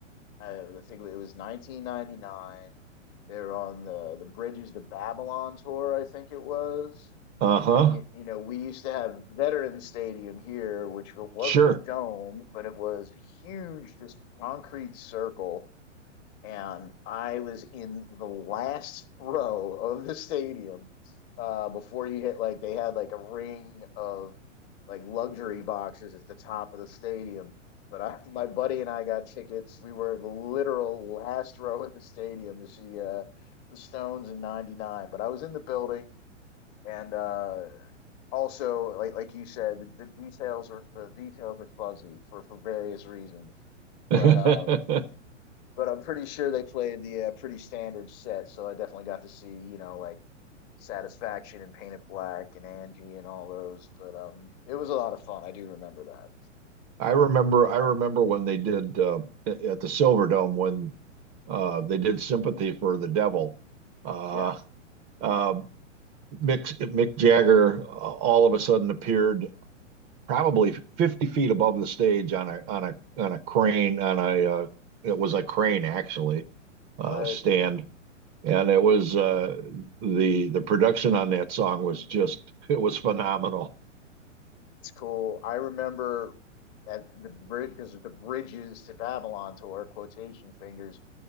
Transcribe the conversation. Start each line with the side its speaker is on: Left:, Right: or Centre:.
Left: I think it was 1999. They were on the the Bridges to Babylon tour, I think it was.
Right: Uh-huh.
Left: And you, you know, we used to have Veterans Stadium here, which wasn't
Right: Sure.
Left: a dome, but it was a huge, just concrete circle and I was in the last row of the stadium uh, before you hit like they had like a ring of like luxury boxes at the top of the stadium. But I, my buddy and I got tickets. We were the literal last row in the stadium to see uh, the Stones in '99. But I was in the building, and uh, also like like you said, the, the details are the details are fuzzy for for various reasons.
Right: <laughs>
Left: But
Right: I
Left: um, but I'm pretty sure they played the uh, pretty standard set, so I definitely got to see, you know, like Satisfaction and Paint It Black and Angie and all those. But um, it was a lot of fun. I do remember that.
Right: remember I remember when they did uh, at the Silverdome when Uh, they did "Sympathy for the Devil." Uh,
Left: Yeah,
Right: uh, Mick, Mick Jagger uh, all of a sudden appeared probably 50 feet above the stage on a on a on a crane on a uh, it was a crane actually uh,
Left: right.
Right: stand and it was uh, the the production on that song was just it was phenomenal.
Left: It's cool. I remember at the bridge because the bridges to Babylon tour quotation fingers,